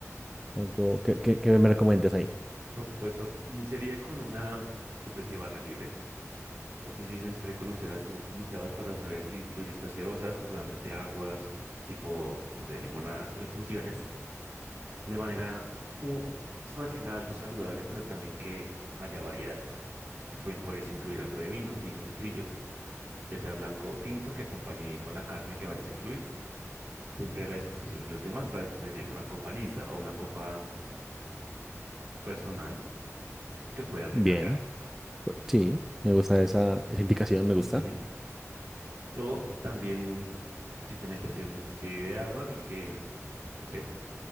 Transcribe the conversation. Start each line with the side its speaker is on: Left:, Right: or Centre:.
Centre: Algo que, me recomiendas ahí.
Right: Por supuesto, iniciaría con una especie de barra libre Esto sí es necesario conocer a tus invitados para saber si incluyes gaseosas o solamente aguas, tipo, no sé, limonadas o infusiones, de manera mm, que se mantenga algo saludable, pero también que haya variedad. Se pueden por eso incluir algo de vino, un vino sencillo, ya sea blanco o tinto, que acompañe bien con la carne que vayas a incluir. Siempre a la disposición de los demás para tener una copa lista o una copa personal que puedan recargar.
Centre: Bien, pues, sí, me gusta esa, esa indicación, me
Right: Ujú.
Centre: gusta.
Right: O también simplemente hacer una especie de agua y que, no sé